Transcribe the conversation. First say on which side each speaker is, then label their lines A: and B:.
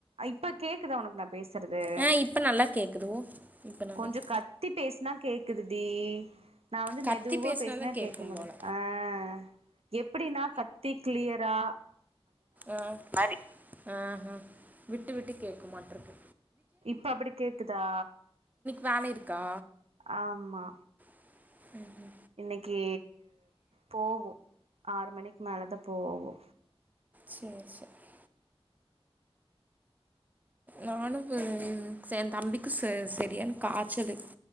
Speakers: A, on the right; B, on the right.
A: இப்ப கேக்குதா ஒனக்கு நா பேசுறது
B: ஆ இப்போ நல்லா கேட்குது ஓ இப்போ நல்லா
A: கொஞ்சோ
B: கே
A: கத்தி பேச் நா கேக்குது தீ நா வந்து
B: கத்தி
A: மெதுவா
B: பேசினா
A: பேசின
B: தான் கேட்கும்
A: கேட்க மட்டுது
B: போல்
A: எப்படினா கத்தி க்ளியர் தா
B: ம் மாரி ம் ம் விட்டு விட்டு கேட்க மாட்டுருக்கு
A: இப்ப அப்டி கேக்குதா
B: வேலருக்கா
A: ஆம்மா
B: ம்
A: இன்னைக்கு போகு ஆறு மணிக்கு மேலதா போவோ
B: சேரி சேரி நானு எ தம்பிக்கு ச செரியான காய்ச்சலு